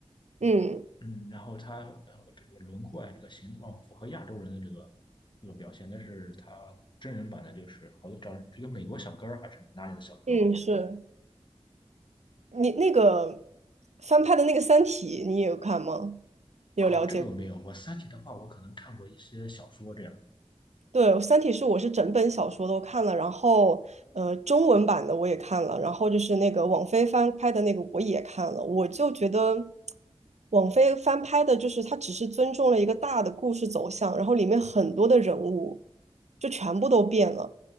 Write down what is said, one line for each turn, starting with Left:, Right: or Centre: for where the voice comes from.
Left: 嗯，
Right: 嗯
Left: 嗯，然后他呃这个轮廓啊，这个形状符合亚洲人的这个这个表现，但是他真人版的就是好像找这个美国小哥儿还是哪里的小哥，
Right: 嗯，
Left: 我记得。
Right: 是你那个翻拍的那个《三体》，你也有看吗？你有了解过？
Left: 哦，这个我没有，我《三体》的话，我可能看过一些小说这样
Right: 对，《三体》是我是整本小说都看了，然后呃，中文版的我也看了，然后就是那个网飞翻拍的那个我也看了，我就觉得网飞翻拍的，就是它只是尊重了一个大的故事走向，然后里面很多的人物就全部都变了，